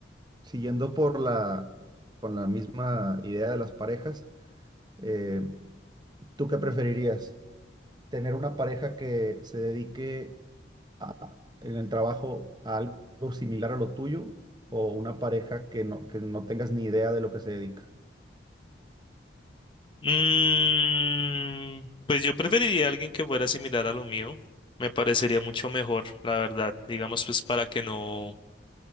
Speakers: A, on the right; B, on the left.
A: siguiendo por la, con la misma idea de las parejas, eh, ¿tú qué preferirías? ¿Tener una pareja que se dedique a- en el trabajo a algo similar a lo tuyo o una pareja que no, que no tengas ni idea de lo que se dedica?
B: Mm, pues yo preferiría a alguien que fuera similar a lo mío. Me parecería mucho mejor, la verdad. Digamos, pues para que no,